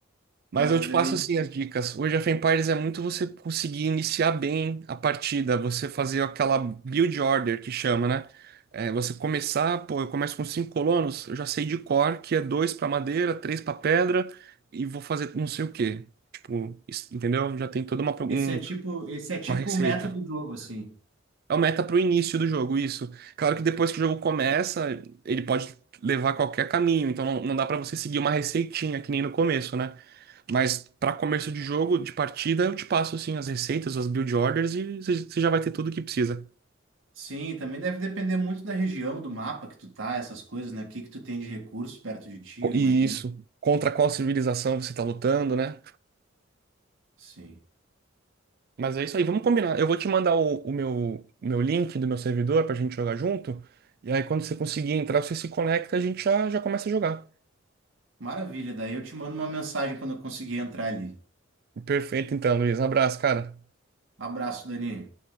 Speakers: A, on the right; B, on the right.
A: Mas
B: Mas
A: eu te passo
B: é,
A: assim as dicas. Hoje a FemPares é muito você conseguir iniciar bem a partida, você fazer aquela build order que chama, né? É, você começar, pô, eu começo com cinco colonos, eu já sei de cor que é dois para madeira, três para pedra e vou fazer não sei o quê. Tipo, isso- entendeu? Já tem toda uma, pro- um-
B: esse é tipo, esse é tipo
A: uma receita.
B: o meta do jogo, assim.
A: É o meta pro início do jogo, isso. Claro que depois que o jogo começa, ele pode levar qualquer caminho, então não, não dá para você seguir uma receitinha que nem no começo, né? Mas para comércio de jogo, de partida, eu te passo assim as receitas, as build orders e você você já vai ter tudo o que precisa.
B: Sim, também deve depender muito da região, do mapa que tu tá, essas coisas, né? O que que tu tem de recursos perto de ti,
A: Co-
B: eu
A: E
B: imagino.
A: isso, contra qual civilização você está lutando, né?
B: Sim.
A: Mas é isso aí, vamos combinar. Eu vou te mandar o, o meu, o meu link do meu servidor pra gente jogar junto. E aí quando você conseguir entrar, você se conecta, a gente já, já começa a jogar.
B: Maravilha, daí eu te mando uma mensagem quando eu conseguir entrar ali.
A: Perfeito então, Luiz. Um abraço, cara.
B: Abraço, Dani.